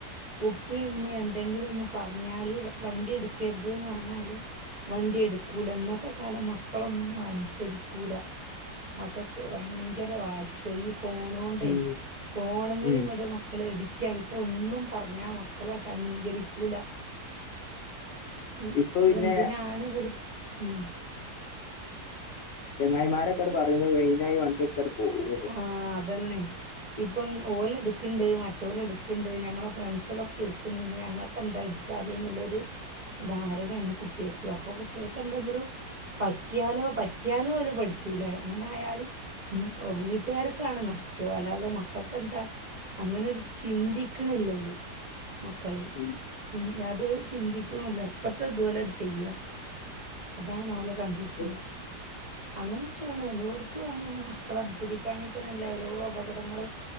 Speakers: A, on the right (about 45°); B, on the left (about 85°).
A: ഉപ്പിം ഉമ്മിം എന്തെങ്കിലും ഒന്ന് പറഞ്ഞാല് വണ്ടി ഇട്ക്കര്ത ന്ന് പറഞ്ഞാല് വണ്ടി ഇട്ക്കൂല ഇന്നത്തെ കാലം മക്കളൊന്നും അനുസരിക്കൂല മക്കക്ക് വയങ്കര വാശി ഈ ഫോണോണ്ടേ
B: ഉം
A: ഫോണ് മ്മല്
B: ഉം
A: ഇങ്ങട്ട് മക്കള് എഡി റ്റായിട്ട് ഒന്നും പറഞ്ഞാ മക്കളട്ട് അംഗീകരിക്കൂല്ല. ഉം
B: ഇപ്പൊ
A: ഇതെന്തിനാണ്
B: പിന്നെ
A: വൽ ഉം
B: ചെങ്ങായിമാരൊക്കെ ങ്ങട് പറയുമ്പോ മൈയിനായി വണ്ടിട് ത്തട് പോവും
A: ആഹ് അതെന്നെ ഇപ്പം ഓല് ഇട്ക്ക്ണ്ട് മറ്റോല് ഇട്ക്ക്ണ്ട് ഞങ്ങളെ ഫ്രണ്ട്സളൊക്കെ ഇട്ക്ക്ണ്ട് പിന്നെ ഞങ്ങൾക്ക് എന്താ ഇട് ത്താല് ന്ന്ള്ളൊരു ധാരണയാണ് കുട്ട്യേക്ക് അപ്പൊ കുട്ട്യൾക്ക് എന്തെങ്കിലും പറ്റിയാലോ പറ്റിയാലും ഓല് പഠിച്ചൂല്ല അങ്ങനെ ആയാൽ വീട്ട്കാർക്കാണ് നഷ്ടം അല്ലാതെ മക്കക്ക് എന്താ അങ്ങനൊരു ചിന്തിക്ക്ണ്ല്ല ഓല് മക്കള്
B: ഉം
A: ചിൻ യാതൊരു ചിന്തിക്ക്ണൂല്ല അപ്പത്തെ ഇതുപോലെ അട് ചെയ്യ അതാണ് ഓലെ കണ്ടീഷന്
B: ഇഷ്
A: അങ്ങനെയൊക്കെയാണ് എല്ലോട്ത്തും അതെന്നെയാണ് മ ക്കള് അനുസരിക്കാഞ്ഞിട്ടന്നല്ലെ ഓരോ അപകടങ്ങള്